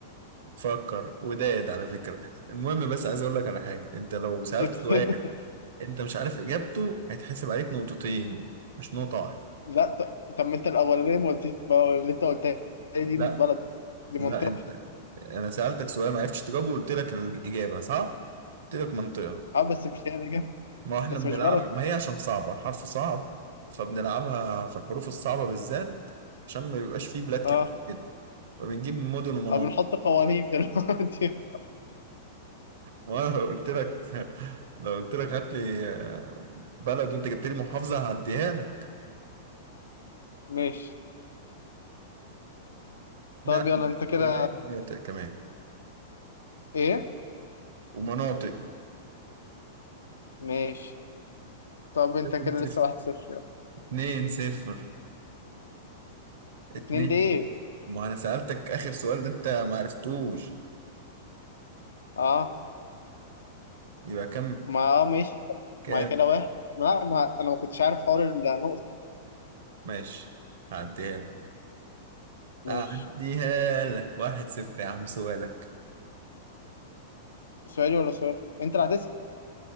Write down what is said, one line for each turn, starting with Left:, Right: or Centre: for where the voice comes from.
Right: فكر وداد على فكرة المهم بس عايز اقول لك على حاجة انت لو سألت
Left: <laughs>
Right: سؤال انت مش عارف اجابته هيتحسب عليك نقطتين مش نقطة واحدة
Left: لا ط- طب ما انت الاولانيه ما قلتيش ما اللي انت قلتها دي
Right: لا
Left: مش بلد دي
Right: لا
Left: منطقه
Right: انت انا سألتك سؤال ما عرفتش تجاوبه وقلت لك الإجابة صح قلت لك منطقة
Left: اه بس مش هي اللي جا-
Right: ما احنا
Left: بس
Right: بنلعب
Left: مش بلد
Right: ما هي عشان صعبة الحرف صعب فبنلعبها في الحروف الصعبة بالذات عشان ما بيبقاش فيه بلاد كتير
Left: اه
Right: جدا فبنجيب مدن ومناطق
Left: اه بنحط قوانين دلوقتي
Right: ما أنا لو قلت لك لو قلت لك هات لي آه، بلد وانت جبت لي محافظه هعديها لك
Left: <laughs> ماشي
Right: نلعب
Left: طب يلا انت كده
Right: بلاد ومناطق كمان
Left: ايه
Right: ومناطق
Left: ماشي طب انت
Right: اتنين
Left: كده
Right: صفر
Left: لسه واحد صفر يلا
Right: اتنين صفر. اتنين،
Left: اتنين ليه
Right: ما انا سألتك اخر سؤال ده انت ما عرفتوش
Left: اه
Right: يبقى كام
Left: ما اه ماشي طب
Right: كام
Left: ما هي كده واحد ما لا ما انا ما كنتش عارف حوار النقطه دي
Right: ماشي هعديها لك
Left: ماشي
Right: هعديها لك واحد صفر يا عم سؤالك
Left: سؤالي ولا سؤال انت اللي هتسأل